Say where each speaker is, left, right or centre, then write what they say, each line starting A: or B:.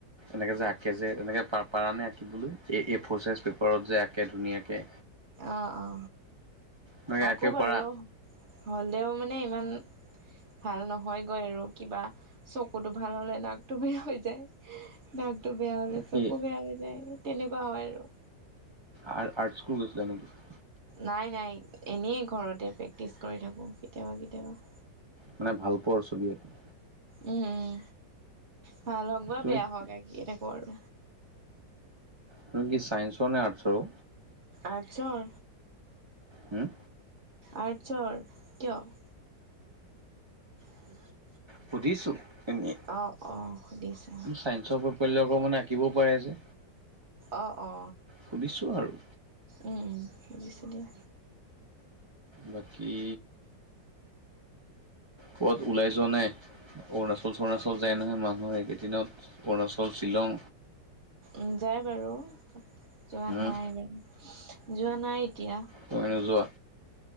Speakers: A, on the right; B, on the right.
A: এনেকৈ যে আঁকে যে এনেকৈ পাৰ নে আঁকিবলৈ? এ এ ফ'ৰ চাইজ পেপাৰত যে আঁকে ধুনীয়াকৈ।
B: অ অ
A: এনেকে
B: আঁক
A: আঁকিব
B: বাৰু
A: পাৰা?
B: হ'লেও মানে ইমান ভাল নহয়গৈ আৰু কিবা চকুটো ভাল হ'লে নাকটু বেয়া হৈ যায়। নাকতো বেয়া হ'লে
A: কি
B: চকু বেয়া হৈ যায় তেনেকুৱা হয় আৰু।
A: আ-আৰ্ট স্কুল গৈছিলা নেকি?
B: নাই নাই এনেই ঘৰতে প্ৰেক্টিচ কৰি থাকোঁ কেতিয়াবা কেতিয়াবা।
A: মানে ভাল পোৱা আৰু ছবি আঁকি।
B: উম উম ভাল হওক বা
A: তুমি
B: বেয়া হওক আঁকিয়ে থাকো আৰু।
A: তুমি কি চাইন্সঅৰ নে আৰ্টছৰ অ?
B: আৰ্টছৰ।
A: হম?
B: আৰ্টছৰ কিয়? <unintelligible>
A: সুধিছোঁ এনেই।
B: অ অ সুধিছা।
A: চায়েঞ্চৰ প্ৰকৈলবোৰ মানে আঁকিব পাৰে যে।
B: অ অ।
A: সুধিছোঁ আৰু।
B: অ শুনিছো দিয়া।
A: বাকী ক'ত ওলাই যোৱা নাই? অৰুণাচল-চৰুণাচল যায় নহয় মানুহ এইকেইদিনত অৰুণাচল, শ্বিলং,
B: উ যাই বাৰু, যোৱা
A: উম
B: নাই বাৰু, যোৱা নাই এতিয়া।
A: তুমি নোযোৱা?